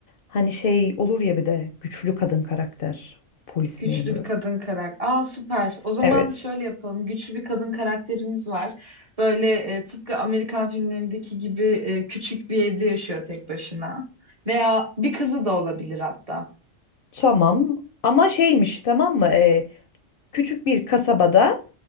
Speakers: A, on the left; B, on the right.
A: Hani şey olur ya bir de güçlü kadın karakter. Polis
B: Güçlü
A: memuru.
B: bir kadın karakter. Aa süper. O zaman
A: Evet.
B: şöyle yapalım. Güçlü bir kadın karakterimiz var. Böyle e, tıpkı Amerikan filmlerindeki gibi e, küçük bir evde yaşıyor tek başına. Veya bir kızı da olabilir hatta.
A: Tamam. Ama şeymiş tamam mı? Ee, küçük bir kasabada